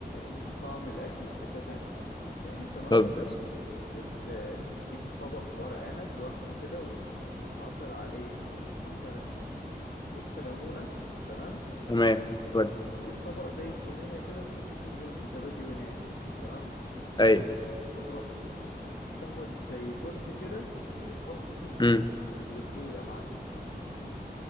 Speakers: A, on the left (about 75°); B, on the left (about 25°).
A: ال- طعم الأكل في حتة تانية يعني أنت مثلا
B: بتهزر
A: بت بتجيب طبق ورق عنب لوحده كده وتروح عصر عليه مثلا نص ليمونة تمام
B: تمام ودي
A: وتجيب طبق زي التومية كده تحط فيه ز- زبادي يوناني تمام
B: اي
A: وتروح تاخد زي توت كده وتحط دي في دي
B: امم
A: وتدوق يا معلم